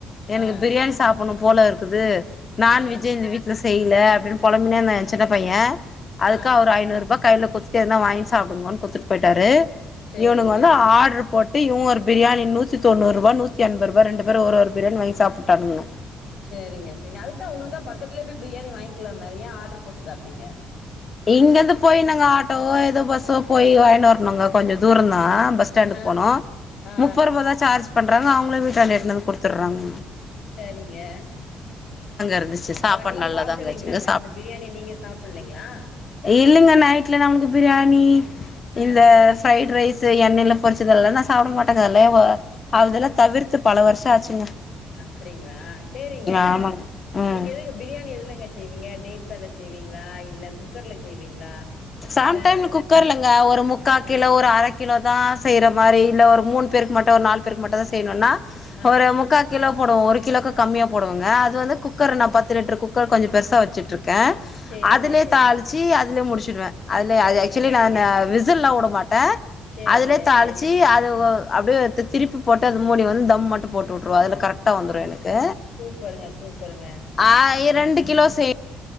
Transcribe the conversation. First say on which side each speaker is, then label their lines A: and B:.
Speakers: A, on the left; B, on the left.
A: எனுக்கு
B: ஆ
A: பிரியாணி சாப்புண்ணு போல இருக்குது நான்வெஜ்யே
B: ஆ ஆ
A: இந்த வீ ட்ல செய்லே அப்டின் பொலம்பினேயிந்தா ஏ சின்ன பைய அதுக்கு
B: ஆ
A: அவரு ஐநூறுபா கைல குத் எதுனா வாங்கி சாப்டுங்கோன் குத்துட் போய்ட்டாரு
B: சேரிங்க
A: இவுனுங்க வந்து ஆர்டுரு போட்டு இவ ஒரு பிரியாணி நூத்திதொண்ணூறுபா நூத்தி என்பருபா ரெண்டு பேரோ ஒரு ஒரு பிரியாணி வாங்கி சாப்புட்டானுங்க
B: செரிங்க செரிங்க அதுக்குதா உங்ளுக்தா பக்கத்துலேயப்போய் பிரியாணி வாங்கிலாமே அது ஏ ஆர்ரு போட்டு சாப்டிங்க
A: இங்கிந்து போய் நாங்க ஆட்டோவோ எதோ பஸ்ஸோ போய் வாயினு வரணுங்க கொஞ்ச தூரோ தா பஸ் ஸ்டாண்டுக்
B: ஆ
A: போனோ
B: ஆ
A: முப்பர் ருவாதா சார்ஜ் பண்றாங்க அவுங்களே வீட்டாண்டே எத்துன்னு குடுத்துற்றாங்
B: சரிங்க
A: இருந்துச்சு
B: அப்போ
A: சாப்பாடு
B: நீங்க
A: நல்லாதாங்கச்சுங்க
B: சாப்பில்லீங்களாங்க அந்த பிரியாணி நீங்க சாப்பில்லிங்களா
A: இல்லங்க நைட்ல நமக்கு பிரியாணி
B: ஆ
A: இந்த ஃரைட் ரைஸ் செ எண்ணெயில பொரிச்சதெல்லா நா சாப்ட மாட்டேங்க அல்லே வ அதல்லா தவிர்த்து பல வருஷ ஆச்சுங்க
B: அப்படிங்களா சேரிங்க
A: ஆமாங்க ம்
B: நீங்க எதுக்கு பிரியாணி எதுலங்க செய்வீங்க டேட்ஸ்சால செய்வீங்களா இல்ல குக்கர்ல செய்வீங்களா
A: சான்
B: இல்ல
A: டான்னு
B: வேற
A: குக்கர்லங்க ஒரு முக்கா கிலோ
B: ஆ
A: ஒரு அரக் கிலோ தா செய்யற மாரி இல்ல ஒரு மூன் பேருக்கு மட்டு ஒரு நால் பேருக்கு மட்டு தா செய்யணுன்னா
B: ஆ ஆ
A: ஒரு முக்கா கிலோ போடுவோ ஒரு கிலோக்கு கம்மியா போடுவங்க அது வந்து குக்கர் நா பத்து லிட்டரு குக்கர் கொஞ்ச பெருசா வச்சிட்டுருக்க
B: சேரிங்க
A: அதுலயே
B: சேரிங்
A: தாளிச்சு அதுலே முடிச்சுடுவே அதுலே
B: சேரிங்க
A: அது ஆக்சுலி
B: சேரிங்
A: நான்னு வி சில்லா உட மாட்ட
B: சேரிங்க
A: அதுலயே தள்ளிச்சி
B: சேரிங்க
A: அதுவ் அப்டியே திருப்பி போட்டு அது மூடி வந்து தம் மட்டு போட்டு உட்டுருவ அதுல கரெக்டா வந்துரு எனக்கு
B: சூப்பருங்க சூப்பருங்க
A: ஆ இ ரெண்டு கிலோ செ